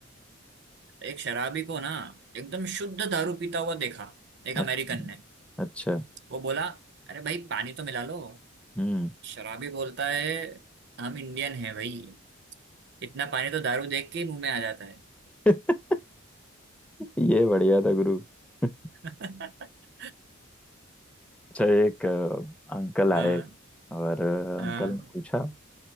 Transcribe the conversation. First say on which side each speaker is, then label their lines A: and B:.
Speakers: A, on the right (about 55°); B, in the centre.
A: एक शराबी को ना एकदम शुद्ध दारू पीता हुआ देखा एक
B: अच्छा
A: अमेरिकन ने
B: अच्छा
A: वो बोला अरे भाई पानी तो मिला लो
B: हम्म
A: शराबी बोलता है हम इंडियन हैं भाई इतना पानी तो दारू देख के ही मुंह में आ जाता है
B: <laughs> ये बढ़िया था गुरु <laughs>
A: <laughs>
B: अच्छा एक अ, अंकल
A: हाँ
B: आए और अ,
A: हाँ
B: अंकल ने पूछा